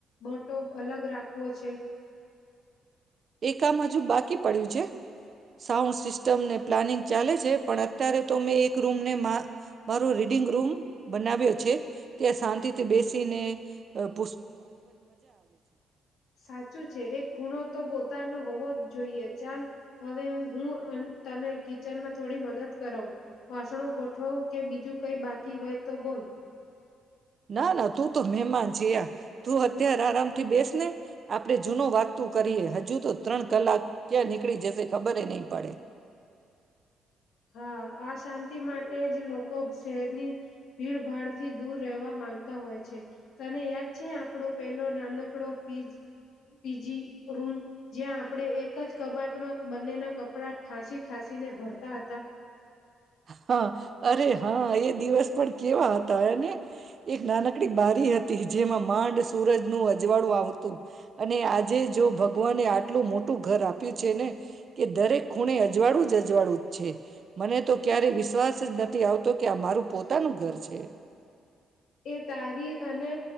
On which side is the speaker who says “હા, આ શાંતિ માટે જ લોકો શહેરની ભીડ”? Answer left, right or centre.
Left